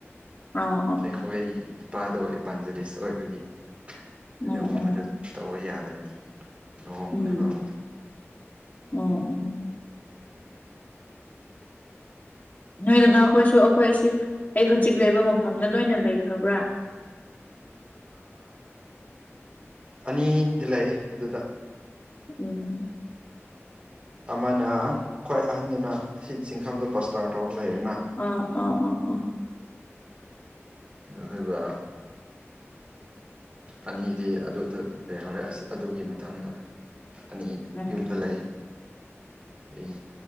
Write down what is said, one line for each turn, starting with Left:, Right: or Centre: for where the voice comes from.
Left: ꯑꯣ ꯑꯣ
Right: ꯑꯩꯈꯣꯏ ꯏꯄꯥꯗꯣ ꯏꯕꯥꯟꯖꯂꯤꯁ ꯑꯣꯏꯕꯒꯤ ꯑꯗꯨꯒꯨꯝꯕꯗ
Left: ꯑꯣ ꯑꯣ
Right: ꯇꯧꯕ ꯌꯥꯗ꯭ꯔꯦꯅꯦ ꯂꯨꯍꯣꯡꯕꯅꯦꯕ
Left: ꯎꯝ
Right: ꯑꯃꯨꯛ
Left: ꯎꯝ ꯑꯣ ꯑꯣ ꯅꯣꯏ ꯗꯗꯥ ꯍꯈꯣꯏꯁꯨ ꯑꯩꯈꯣꯏꯁꯤ ꯑꯩ ꯍꯧꯖꯤꯛ ꯂꯩꯕ ꯃꯐꯝꯗ ꯂꯣꯏꯅ ꯂꯩꯈ꯭ꯔꯕ꯭ꯔꯥ
Right: ꯑꯅꯤꯗꯤ ꯂꯩꯌꯦ ꯑꯗꯨꯗ
Left: ꯎꯝ ꯎꯝ
Right: ꯑꯃꯅ ꯈ꯭ꯋꯥꯏ ꯑꯍꯟꯗꯨꯅ ꯍꯤꯠ ꯆꯤꯡꯈꯝꯗ ꯄꯁꯇꯥꯔ ꯇꯧꯔ ꯂꯩꯔꯦꯅ
Left: ꯎ ꯎ ꯎ ꯎꯝ
Right: ꯑꯗꯨꯒ ꯑꯅꯤꯗꯤ ꯑꯗꯨꯗ ꯂꯩꯍꯧꯔꯦ ꯑꯁ ꯑꯗꯨꯒꯤ ꯃꯊꯪꯗ ꯑꯅꯤ
Left: ꯑꯥ
Right: ꯌꯨꯝꯗ ꯂꯩ ꯑꯩ